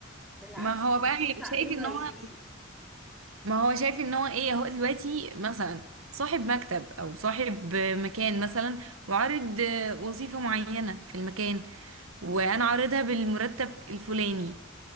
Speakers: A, in the centre; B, on the right (about 80°).
A: بالعكس
B: ما هو بقى
A: الضغط
B: هيبقى
A: عليهم
B: شايف ان
A: هيزيد
B: هو ما هو شايف ان هو ايه هو دلوقتي مثلا صاحب مكتب او صاحب مكان مثلا وعارض وظيفة معينة في المكان وانا عارضها بالمرتب الفلاني